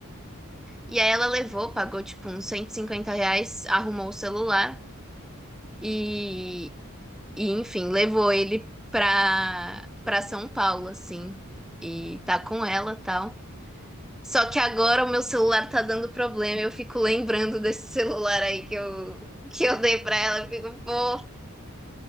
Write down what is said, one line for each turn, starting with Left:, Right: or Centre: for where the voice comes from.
Right: entendi.
Centre: E aí ela levou, pagou, tipo, uns 150 reais, arrumou o celular e, e enfim, levou ele pra, pra São Paulo, assim. E tá com ela, tal. Só que agora o meu celular tá dando problema, eu fico lembrando desse <laughs> celular aí que eu,
Right: <laughs>
Centre: que eu dei pra ela, eu fico, pô.
Right: <laughs>